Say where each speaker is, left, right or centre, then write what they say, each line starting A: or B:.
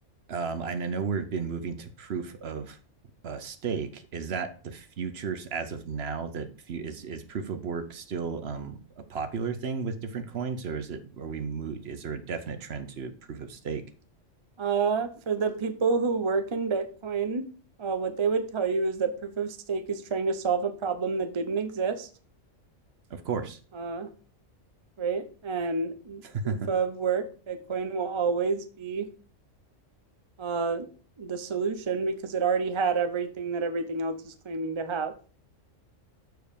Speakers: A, on the right (about 55°); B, on the right (about 40°).
A: Um, and I know we've been moving to proof of uh, stake. Is that the futures as of now? that is is is proof of work still um, a popular thing with different coins, or is it? Are we moved? Is there a definite trend to proof of stake?
B: Uh, for the people who work in Bitcoin, uh, what they would tell you is that proof of stake is trying to solve a problem that didn't exist,
A: Of course.
B: uh, right? And
A: <laughs>
B: proof of work, Bitcoin will always be uh, the solution because it already had everything that everything else is claiming to have.